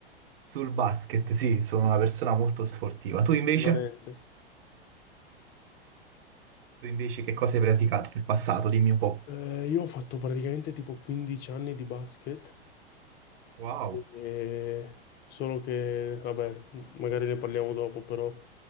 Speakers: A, on the right; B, on the left.
A: sul basket, sì, sono una persona molto sportiva. Tu invece?
B: polivalente.
A: Tu invece che cosa hai praticato nel passato? Dimmi un po'.
B: Eh, io ho fatto praticamente tipo 15 anni di basket
A: Wow.
B: E- solo che, vabbè, magari ne parliamo dopo, però